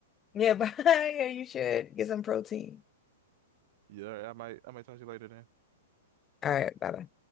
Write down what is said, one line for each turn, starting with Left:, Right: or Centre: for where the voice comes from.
Left: Yeah, but <laughs> yeah, you should get some protein.
Right: Yeah, I might I might talk to you later then.
Left: All right, bye bye.